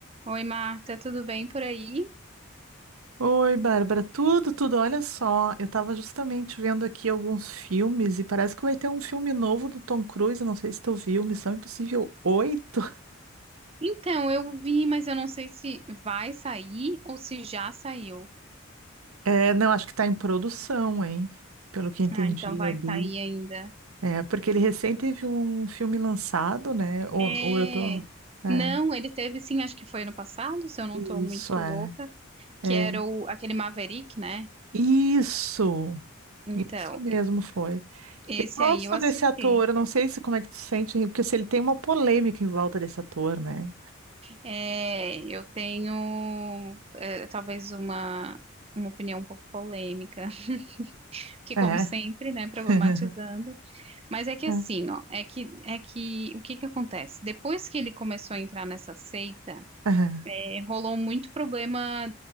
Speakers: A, on the right (about 25°); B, on the right (about 85°).
A: Oi, Marta, tudo bem por aí?
B: Oi, Bárbara, tudo, tudo. Olha só, eu tava justamente vendo aqui alguns filmes e parece que vai ter um filme novo do Tom Cruise. Não sei se tu viu, Missão Impossível oito.
A: Então, eu vi, mas eu não sei se vai sair ou se já saiu.
B: É, não, acho que tá em produção, hein? Pelo que entendi
A: Ah, então vai
B: ali.
A: sair ainda.
B: É, porque ele recém teve um filme lançado, né? Ou,
A: É.
B: ou eu tô. É,
A: Não, ele teve sim, acho que foi ano passado, se eu não
B: isso,
A: tô muito
B: é.
A: louca, que
B: É,
A: era o, aquele Maverick, né?
B: isso.
A: Então,
B: Isso mesmo foi.
A: esse
B: Eu gosto
A: aí eu assisti.
B: desse ator, eu não sei se como é que tu sente, porque se ele tem uma polêmica em volta desse ator, né?
A: É, eu tenho é, talvez uma, uma opinião um pouco polêmica, <laughs> que
B: É.
A: como sempre, né, problematizando.
B: <laughs>
A: Mas é que assim,
B: É,
A: ó, é que é que o que que acontece? Depois que ele começou a entrar nessa seita,
B: é.
A: é, rolou muito problema